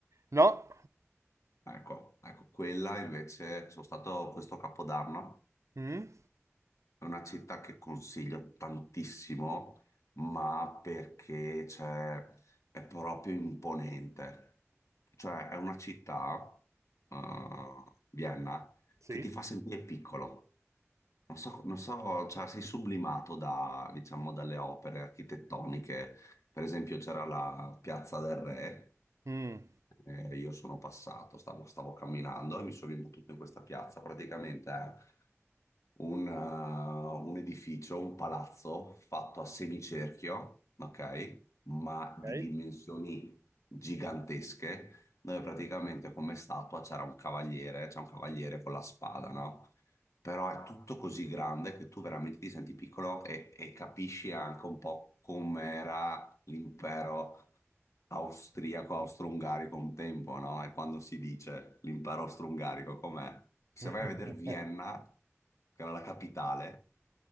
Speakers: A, on the right; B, on the left.
A: No?
B: Ecco, ecco, quella invece sono stato questo capodanno
A: Mm?
B: È una città che consiglio tantissimo, ma perché cioè, è proprio imponente. Cioè, è una città, eh, Vienna,
A: Sì?
B: che ti fa sentire piccolo. Non so, non so, cioè sei sublimato da, diciamo, dalle opere architettoniche. Per esempio c'era la Piazza del Re,
A: Mm,
B: eh, io sono passato, stavo, stavo camminando e mi sono imbattuto in questa piazza. Praticamente è un, eh, un edificio, un palazzo fatto a semicerchio, ok? Ma
A: ok.
B: di dimensioni gigantesche, dove praticamente come statua c'era un cavaliere, c'è un cavaliere con la spada, no? però è tutto così grande che tu veramente ti senti piccolo e, e capisci anche un po' com'era l'impero austriaco, austro-ungarico un tempo, no? E quando si dice l'impero austro-ungarico com'è? Se
A: <laughs>
B: vai a vedere Vienna, che era la capitale